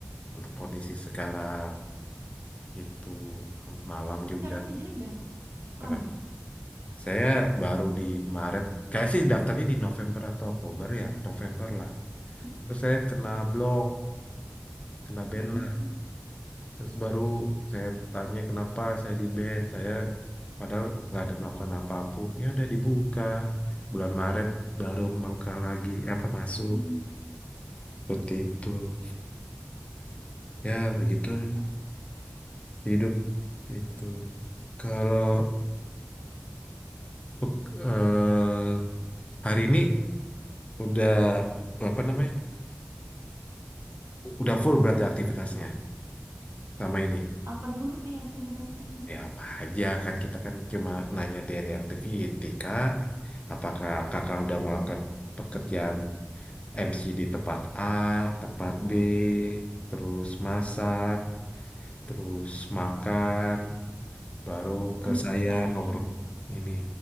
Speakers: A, on the left; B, on the right.
A: untuk kondisi sekarang. itu Malam
B: Tapi
A: juga.
B: karena di sini udah
A: Apa?
B: lama.
A: Saya baru di Maret. Kayak sih daftarnya di November atau Oktober ya. November lah.
B: Hmm.
A: Terus saya kena blok. Kena ban
B: Oh.
A: lah. Terus baru saya tanya kenapa saya di ban. Saya padahal nggak ada melakukan apapun. Ya udah dibuka. Bulan Maret baru buka lagi. Eh, Apa masuk.
B: Mhm.
A: Seperti itu. Ya begitu
B: Eh,
A: hidup itu. Kalau pek- eh, hari ini udah apa namanya Udah full berarti aktivitasnya selama ini.
B: Apa dulu nih aktivitasnya nih?
A: Ya apa aja kan kita kan cuma nanya dari activity kak. Apakah kakak udah melakukan
B: Iya.
A: pekerjaan MC di tempat A, tempat B, terus masak, terus makan, baru ke
B: Untuk
A: saya
B: hari
A: ngobrol ini.